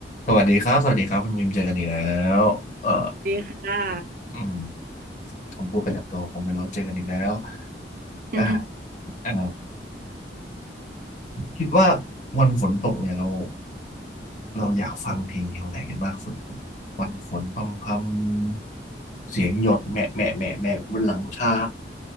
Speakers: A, on the left; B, on the right.
A: สวัสดีครับสวัสดีครับคุณมิมเจอกันอีกแล้วเอ่อ
B: ดีค่ะ
A: อืมผมพูดประจำตัวผมไม่รู้เจอกันอีกแล้ว
B: <laughs>
A: อ่าอ่าคิดว่าวันฝนตกเนี่ยเราเราอยากฟังเพลงแนวไหนกันมากสุดครับวันฝนพรำๆเสียงหยดแหม่แหม่แหม่แหม่บนหลังคา